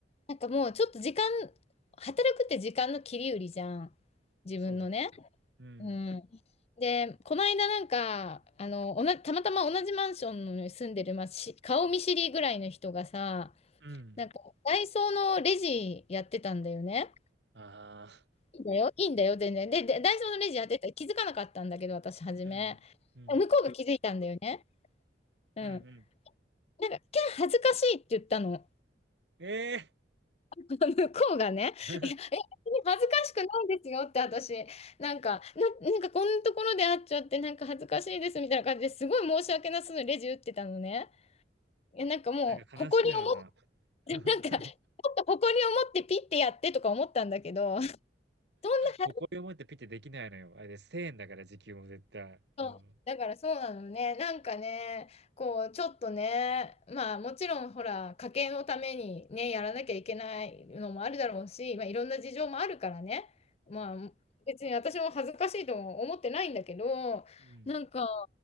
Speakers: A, on the left (about 35°); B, on the right (about 75°).
A: なんかもうちょっと時間、働くって時間の切り売りじゃん。自分のね。
B: そうだ。うん、
A: うん。で、この間なんか、あの、おな、たまたま同じマンションに住んでる、まあ、し、顔見知りぐらいの人がさ、
B: うん。
A: なんか、ダイソーのレジやってたんだよね。
B: ああ。
A: いいんだよ、いいんだよ、全然。で、でダイソーのレジやってた、気づかなかったんだけど、私、初め。
B: うん、うん、
A: 向こうが気づいたんだよね。うん。
B: うん、うん。
A: なんか、キャー恥ずかしいって言ったの。
B: ええー
A: <laughs> 向こうがね、
B: <laughs>
A: いや、え、恥ずかしくないですよって私、なんか、な、なんかこんなところで会っちゃって、なんか恥ずかしいですみたいな感じですごい申し訳なさそうにレジ打ってたのね。いやなんかもう、
B: なんか悲しくなるな。
A: 誇りを持っ
B: <laughs>
A: て、なんか、ちょっと誇りを持ってピッてやってとか思ったんだけど、そんな恥ずか
B: 誇りを持ってピッてできないのよ。あれです。1000円だから時給も絶対。
A: そうだからそうなのね。
B: うん。
A: なんかね、こう、ちょっとね、まあもちろんほら、家計のためにね、やらなきゃいけないのもあるだろうし、まあいろんな事情もあるからね、
B: うん。
A: まあ別に私も恥ずかしいとも思ってないんだけど、
B: うん。
A: なんか、